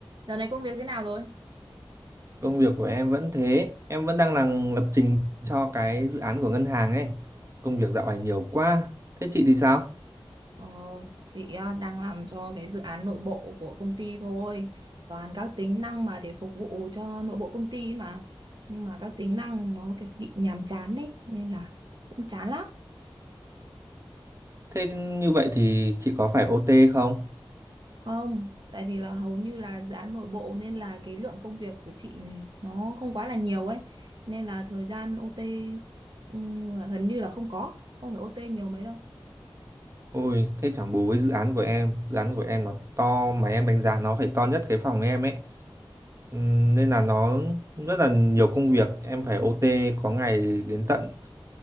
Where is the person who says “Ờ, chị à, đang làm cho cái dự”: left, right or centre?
Right